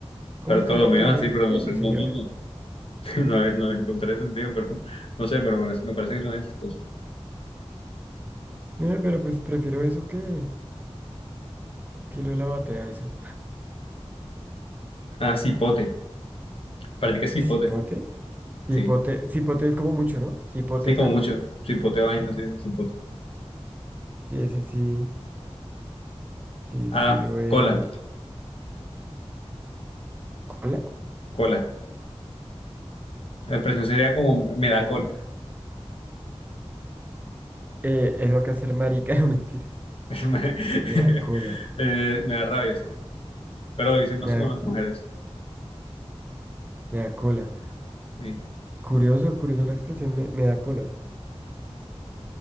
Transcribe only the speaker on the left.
Bartolomeo
así, pero
no sé,
no,
no, no, <laughs> no, le- no le encontré sentido, pero no sé, pero me, me parece que suena chistoso.
Ah, cipote, practica cipote,
sí,
sí, como
mucho, cipote vaina, sí, cipote.
Ah,
cola,
cola. La expresión sería como me da
cola,
<laughs> me,
eh, me da rabia, sería. Pero lo dicen más
como
las mujeres,
sí,